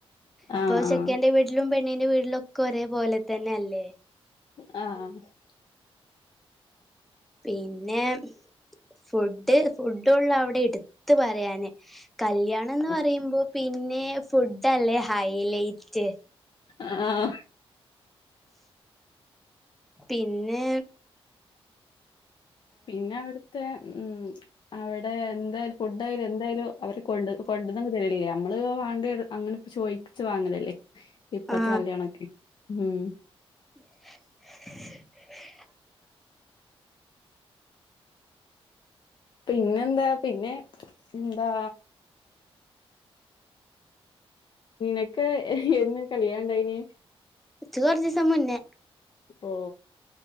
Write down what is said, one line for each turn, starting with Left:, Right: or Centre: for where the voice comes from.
Left: ആഹ്
Centre: ഇപ്പൊ ചെക്കന്റെ വീട്ടിലും പെണ്ണിന്റെ വീട്ടിലും ഒക്കെ ഒരേ പോലെ തന്നെ അല്ലേ.
Left: ആഹ്
Centre: പിന്നെ ഫുഡ്. ഫുഡള്ളു അവിടെ ഇട്ത്ത് പറയാന്. കല്യാണം എന്ന്
Left: ആഹ്
Centre: പറയുമ്പോ പിന്നെ ഫുഡ് അല്ലേ ഹൈലൈറ്റ്.
Left: ആ ആ
Centre: പിന്നെ
Left: പിന്നെ അവിടുത്തെ ഉം അവിടെ എന്തായാലും ഫുഡയാലും എന്തായാലും അവരെ കൊണ്ട് കൊണ്ടന്നു തരില്ലിയ നമ്മള് വാണ്ടിത് അങ്ങനെ. ചോയിച്ച് വാങ്ങലല്ലേ ഇപ്പത്തെ
Centre: ആ
Left: കല്യാണൊക്കെ മം.
Centre: <inaudible>
Left: പിന്നെന്താ പിന്നെ എന്താ നിനക്ക് എന്ന് കല്യാണം ഉണ്ടായിനീ
Centre: ഇച്ച് കോർച്ചിസം മുന്നെ.
Left: ഓ